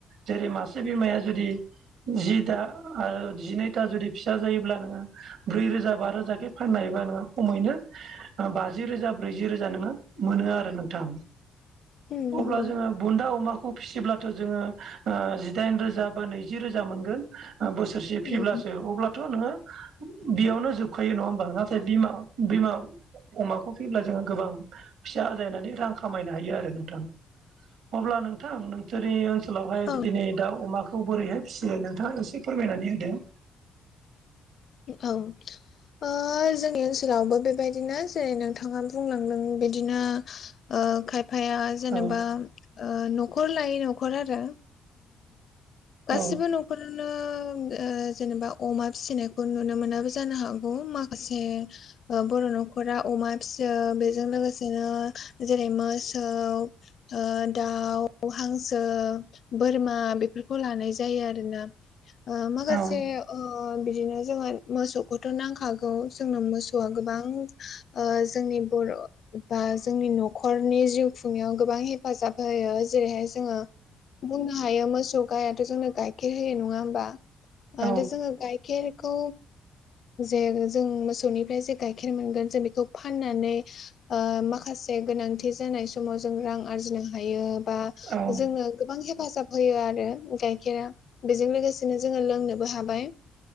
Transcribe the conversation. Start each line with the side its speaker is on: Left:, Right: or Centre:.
Right: जेरै मासे बिमाया जुदि जि दा आरो जिनैथा जुदि फिसा जायोब्ला नोङो ब्रै रोजा बा रोजाखि फाननो होबा नोङो खमैनो बाजि रोजा ब्रैजि रोजा नो मोनो नोंथां
Left: उम नंगौ
Right: अब्ला जोङो बुन्दा अमाखौ फिसिब्लाथ' जोङो ओ जिदाइन रोजा बा नैजि रोजा मोनगोन ओ बोसोरसे
Left: उम
Right: फिब्लासो
Left: उम
Right: अब्लाथ' नोङो बेयावनो जोबखायो नङा होमबा नाथाय बिमा बिमा अमाखौ फैब्ला जोङो गोबां फिसा आजायनानै रां खामायनो हायो आरो नोंथां अब्ला नोंथां नोंसोर ओन ओनसोलावहाय
Left: औ
Right: दिनै दाउ अमाखौ बोरैहाय फिसियो नोंथाङा एसे फोरमायनानै होदों
Left: औ ओ जोंनि ओनसोलावबो बेबायदिनो जेरै नोंथाङा बुंलांदों बिदिनो ओ खायफाया जेनेबा
Right: औ
Left: ओ न'खर लायै न'खर आरो गासिबो
Right: औ
Left: नखर फोरनो ओ जेनेबा अमा फिसिनाय खौ नुनो मोनाबो जानो हागौ माखासे ओ बर' न' खरा अमा फिसियो बेजों लोगोसेनो जेरै मोसौ ओ दाउ, हांसो बोरमा बेफोरखौ लानाय जायो आरोना ओ माखासे
Right: औ
Left: ओ बिदिनो जोङो मोसौखौथ' नांखागौ जोंनो मोसौआ गोबां ओ जोंनि बर' बा जोंनि न' खरनि जिउ खुंनायाव गोबां हेफाजाब होयो जेरैहाय जोङो बुंनो हायो मोसौ गायाथ' जोंनो गाइखेर होयो नङा होमबा
Right: औ
Left: जोङो गाइखेर खौ जे जों मोसौनिफ्राय जे गाइखेर मोनगोन जों बेखौ फाननानै ओ माखासे गोनांथि जानाय समाव जों रां आरजिनो हायो बा
Right: औ
Left: जोंनो गोबां हे फाजाब होयो आरो गाइखेरा बेजों लोगोसेनो जोङो लोंनोबो हाबाय